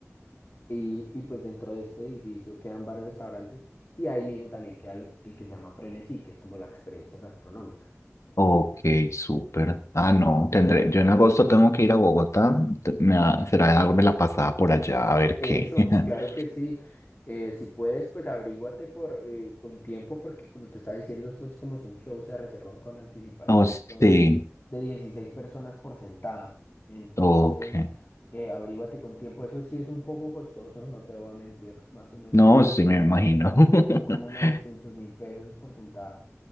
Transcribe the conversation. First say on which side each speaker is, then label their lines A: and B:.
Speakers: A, on the left (about 40°); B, on the left (about 70°).
A: y, y pues dentro de este edificio quedan varios restaurantes y ahí mismo también queda el, el que se llama Frenesí, que es como la experiencia gastronómica.
B: ok, súper. Ah, no, tendré, yo en agosto tengo que ir a Bogotá, te- me da- será darme la pasada por allá a ver
A: Eso,
B: qué. <laughs>
A: claro que sí. Eh, si puedes, pues averíguate por, eh, con tiempo, porque como te estaba diciendo, estos como son shows, se reservan con anticipación,
B: Oh,
A: son
B: sí.
A: de 16 personas por sentada. Entonces,
B: Ok.
A: eh, averíguate con tiempo. Eso sí es un poco costoso, no te voy a mentir, más o menos
B: No, sí me imagino.
A: eh, son como
B: <laughs>
A: novecientos mil pesos por sentada,